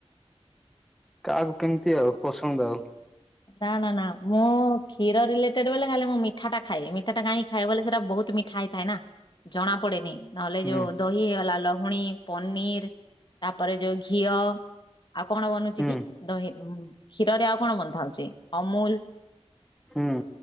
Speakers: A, in the centre; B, on the left.
A: କାହାକୁ କେମତି ଆଉ। ପସନ୍ଦ ଆଉ
B: ନା ନା ନା ମୁଁ କ୍ଷୀର ରିଲେଟେଡ ବେଲେ ଖାଲି ମୁଁ ମିଠା ଟା ଖାଏ। ମି ଠା ଟା କାଇଁ ଖାଏ ବୋଲେ ସେଟା ବହୁତ ମିଠା ହେଇଥାଏ ନା, ଜଣା ପଡେନି। ନହେଲେ
A: ହୁଁ
B: ଯୋଉ ଦହି ହେଇଗଲା, ଲହୁ ପୁଣି ପନିର, ତାପରେ ଯୋଉ ଘିଅ, ଆଉ କଣ ବନଉଚି
A: ହୁଁ
B: କି? ଦହି କ୍ଷୀରରେ ଆଉ କଣ ବନ୍ଧା ହଉଛି? ଅମୁଲ
A: ହୁଁ